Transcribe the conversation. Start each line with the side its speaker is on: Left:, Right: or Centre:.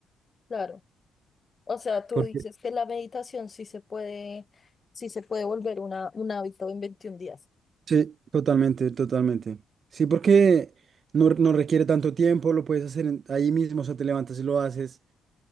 Left: claro. O sea, tú
Right: Porque,
Left: dices que la meditación sí se puede, sí se puede volver una, un hábito en 21 días.
Right: sí, totalmente, totalmente. Sí, porque no, no requiere tanto tiempo, lo puedes hacer en- ahí mismo, o sea, te levantas y lo haces.